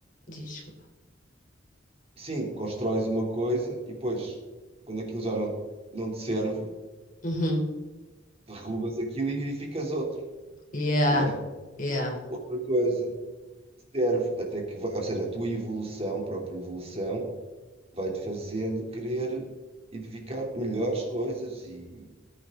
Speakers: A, on the left; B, on the right.
A: Desculpa.
B: sim, constróis uma coisa e depois, quando aquilo já não, não te serve,
A: Uhum.
B: derrubas aquilo e edificas outro,
A: Yeah,
B: não é?
A: yeah.
B: Outra coisa. serve até que, vai- ou seja, a tua evolução, a própria evolução, vai-te fazendo querer edificar melhores coisas e